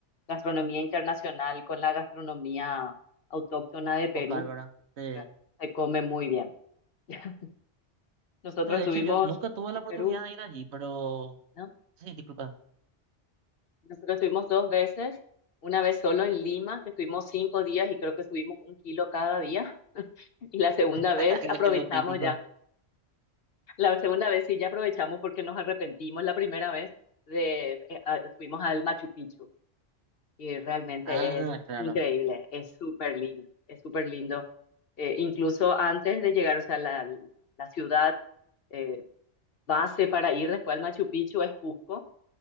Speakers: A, on the left; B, on the right.
A: gastronomía internacional con la gastronomía autóctona de Perú,
B: local, ¿verdad? Sí.
A: y re- se come muy bien. <laughs> Nosotros
B: No, de
A: estuvimos
B: hecho, yo nunca tuve la
A: en
B: oportunidad
A: Perú,
B: de ir allí, pero
A: ¿no?
B: sí, disculpa,
A: Nosotros estuvimos dos veces, una vez solo en Lima, que estuvimos cinco días y creo que subimos un kilo cada día. <laughs> Y la segunda
B: <laughs>
A: vez aprovechamos
B: es lo típico.
A: ya, la segunda vez sí ya aprovechamos porque nos arrepentimos la primera vez de, eh, a- fuimos al Machu Picchu y realmente
B: Ah,
A: es
B: claro,
A: increíble, es súper lindo, es súper lindo. Eh, incluso antes de llegar, o sea, la, la ciudad eh, base para ir después al Machu Picchu es Cusco